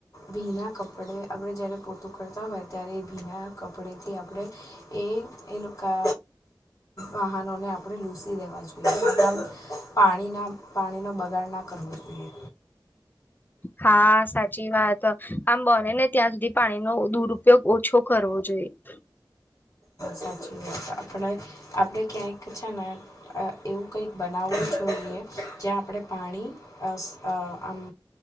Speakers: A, on the left; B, on the left.
A: ભીના કપડે આપડણે જયારે પોતું કરતા હોય... ત્યારે ભીના કપડેથી આપણે એ એ લોકો... વાહનોને આપણે લૂસી દેવા જોઈએમ પાણીના... પાણીનો બગાડ ના કરવો જોઈએ.
B: હા સાચી વાત આમ બને ને ત્યાં સુધી પાણીનો દુરપયોગ ઓછો કરવો જોઈએ. <inaudible>
A: સાચી વાત આપણે આપણે ક્યાંક છે ને... એવું કંઈક બનાવવું જોઈએ જ્યાં આપણે પાણી... આમ